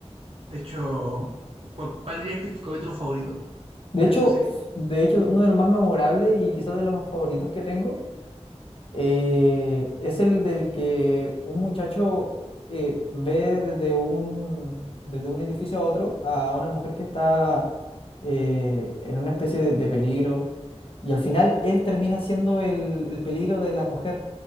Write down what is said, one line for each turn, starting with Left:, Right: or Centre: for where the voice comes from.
Right: de hecho, ¿cuál, cuál dirías que es tu capítulo favorito
Left: De
Right: de
Left: hecho,
Right: esa serie?
Left: de hecho, uno de los más memorables y quizás de los más favoritos que tengo eh, es el del que un muchacho eh, ve desde un, desde un edificio a otro a una mujer que está eh, en una especie de, de peligro y al final él termina siendo el, el peligro de la mujer.